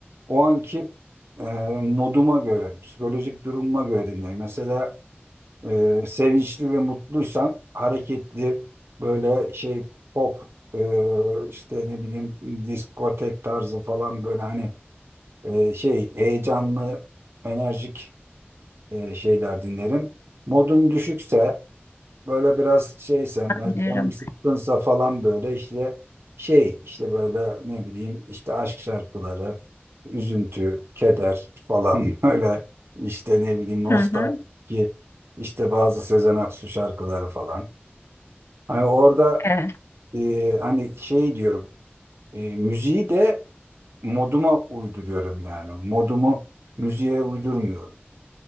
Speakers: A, on the right; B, on the left.
A: o anki e, moduma göre, psikolojik durumuma göre dinlerim. Mesela e, sevinçli ve mutluysam hareketli böyle şey pop e, işte ne bileyim diskotek tarzı falan böyle hani e, şey heyecanlı, enerjik e, şeyler dinlerim. Modum düşükse böyle biraz şeysem, yani
B: Anlıyorum.
A: canım sıkkınsa falan böyle işte şey işte böyle ne bileyim işte aşk şarkıları, üzüntü, keder falan <laughs> böyle işte ne bileyim nostalji
B: Hı hı.
A: işte bazı Sezen Aksu şarkıları falan. Hani orada
B: E,
A: e, hani şey diyorum e, müziği de moduma uyduruyorum yani. Modumu müziğe uydurmuyorum.